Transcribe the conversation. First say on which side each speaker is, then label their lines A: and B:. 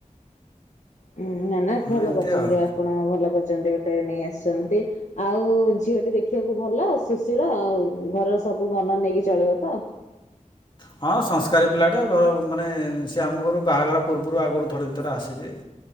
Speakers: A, on the left; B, on the left.
A: ହୁଁ, ନା ନା ଭଲ
B: ହଁ ଏମିତି
A: କରିଚନ୍ତି
B: ଆଉ
A: ଆ ଆପଣ ଭଲ କରିଛନ୍ତି ଗୋଟେ ନେଇ ଆସିଛନ୍ତି। ଆଉ ଝିଅଟି ଦେଖିବାକୁ ଭଲ ସୁଶୀଳ ଆଉ ଘରର ସବୁ ମନ ନେଇକି ଚଳିବ ତ?
B: ହଁ ସଂସ୍କାରୀ ପିଲାଟା ଭଲ ମାନେ ସିଏ ଆମ ଘରକୁ ବାହାଘର ପୂର୍ବରୁ ଆଗରୁ ଥରେ ଦି ଥର ଆସିଚି।